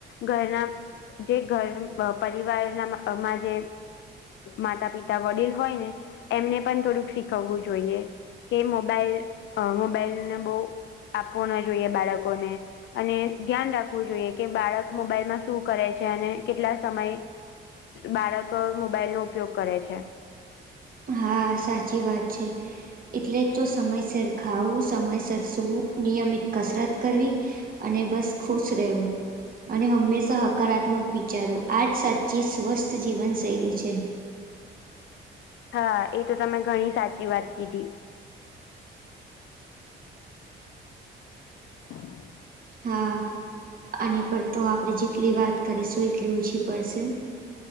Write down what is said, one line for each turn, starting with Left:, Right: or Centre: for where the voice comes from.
Left: ઘરના જે ઘર અ પરિવારના માં આ માં જે માતા પિતા વડીલ હોય ને એમને પણ થોડુંક શીખવવું જોઈએ. કે મોબાઈલ અ મોબાઈલને બૌ આપવો ના જોઈએ બાળકોને. અને ધ્યાન રાખવું જોઈએ કે બાળક મોબાઈલમાં શું કરે છે અને કેટલા સમય બાળકો મોબાઈલ નો ઉપયોગ કરે છે.
Right: હા, સાચી વાત છે. એટલે જ તો સમયસર ખાવું, સમયસર સૂવું, નિયમિત કસરત કરવી અને બસ ખુશ રહેવુ અને હંમેશા હકારાત્મક વિચારવુ આ જ સાચી સ્વસ્થ જીવનશૈલી છે.
Left: હા, એ તો તમે ઘણી સાચી વાત કીધી. <inaudible>
Right: હા. આની પર તો આપણે જેટલી વાત કરીશું એટલી ઓછી પડશે.